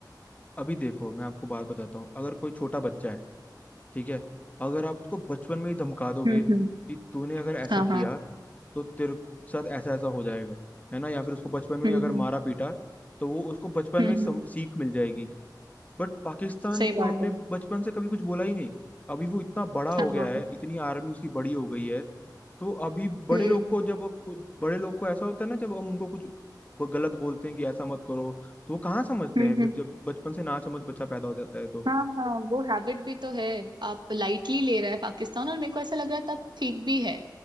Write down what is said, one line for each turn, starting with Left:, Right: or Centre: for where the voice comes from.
Left: अभी देखो मैं आपको बात बताता हूँ अगर कोई छोटा बच्चा है ठीक है अगर आप उसको बचपन में ही धमका दोगे
Right: हम्म
Left: कि
Right: हम्म
Left: तूने अगर ऐसा
Right: हाँ
Left: किया
Right: हाँ
Left: तो तेरे साथ ऐसा ऐसा हो जाएगा है ना या फिर उसको बचपन में
Right: हम्म
Left: ही अगर
Right: हम्म
Left: मारा पीटा तो वो उसको बचपन
Right: हम्म
Left: में ही सम,
Right: हम्म,
Left: सीख मिल जाएगी बट पाकिस्तान
Right: सही
Left: को
Right: बात
Left: हमने
Right: है
Left: बचपन से कभी कुछ बोला ही नहीं अभी वो इतना बड़ा हो
Right: हाँ
Left: गया
Right: हाँ
Left: है इतनी आर्मी उसकी बड़ी हो गई है तो अभी बड़े
Right: हम्म
Left: लोग को जब कुछ बड़े लोग को ऐसा होता है ना जब हम उनको कुछ ब- गलत बोलते हैं कि ऐसा मत करो तो वो कहाँ समझते
Right: हम्म
Left: हैं फिर
Right: हम्म
Left: जब बचपन से ना समझ बच्चा पैदा हो जाता है तो
Right: हाँ हाँ वो हैबिट भी तो है आप लाइटली ले रहे हैं पाकिस्तान और मेरे को ऐसा लग रहा है तब ठीक भी है